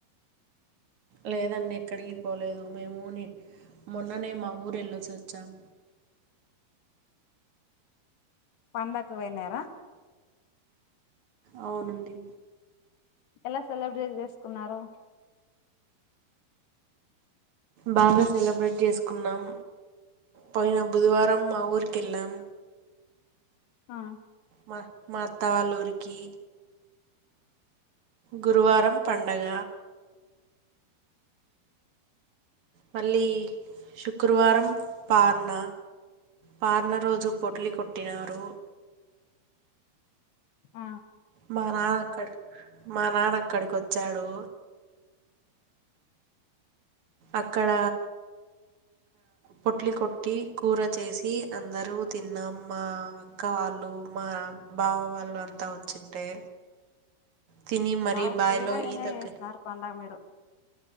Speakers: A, on the right; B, on the left.
A: లేదండి ఎక్కడికి పోలేదు మేము మొన్ననే మా ఊరు వెళ్ళేసి వచ్చాం
B: పండకు పోయినారా
A: అవునండి
B: ఎలా సెలబ్రేట్ చేస్కున్నారు
A: బాగా సెలబ్రేట్ చేసుకున్నాం పోయిన బుధవారం మా ఊరికెళ్ళాం.
B: ఆ
A: మా మాత్తవాళ్ళ ఊరికి గురువారం పండగ మళ్ళీ శుక్రువారం పార్న పార్న రోజు పొట్లి కొట్టినారు
B: ఆ
A: మా నాన్న అక్కడ మా నాన్న అక్కడికి వచ్చాడు అక్కడ పొట్లి కొట్టి కూర చేసి అందరూ తిన్నాం మా అక్క వాళ్ళు మా బావ వాళ్ళు అంతా వచ్చింటే. తిని మరీ
B: బాగా
A: బాయిలో
B: ఫుల్ గా ఎంజాయ్
A: ఈతకి
B: చేస్తున్నారు పండగ మీరు